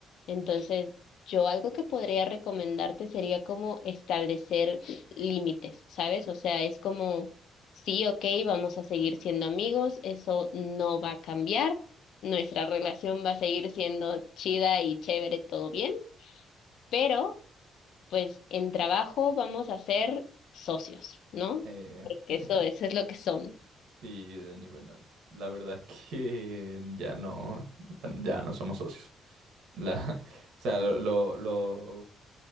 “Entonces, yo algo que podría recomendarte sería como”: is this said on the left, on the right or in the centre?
Left